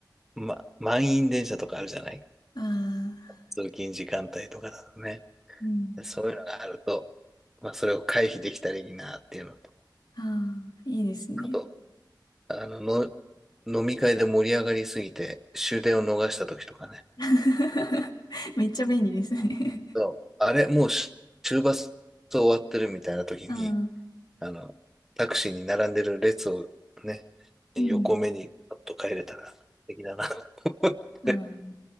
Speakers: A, in the centre; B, on the left.
A: ま、満員電車とかあるじゃない
B: ああ、
A: 通勤時間帯とかだとね。
B: うん、
A: そういうのがあると、まあそれを回避できたらいいなっていうのと、
B: ああ、いいですね。
A: あと、あの、の、飲み会で盛り上がりすぎて終電を逃した時とかね。
B: <laughs> めっちゃ便利ですね
A: そうあれ、もうし終バス終わってるみたいな時に、
B: ああ、
A: あの、タクシーに並んでる列をね、
B: うん。
A: 横目にパッと帰れたら素敵だなと思って。
B: ああ、